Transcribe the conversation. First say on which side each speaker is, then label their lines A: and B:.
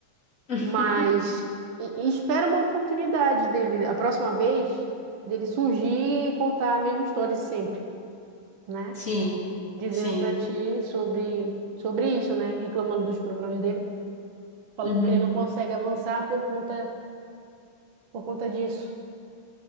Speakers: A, on the left (about 30°); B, on the right (about 70°).
A: <laughs>
B: mas e- e espera uma oportunidade dele, a próxima vez, dele surgir e contar a mesma história de sempre, né?
A: Sim,
B: Dizendo
A: sim.
B: pra ti sobre, sobre isso, né? Reclamando dos problemas dele, falando
A: Uhum.
B: que ele não consegue avançar por conta, por conta disso.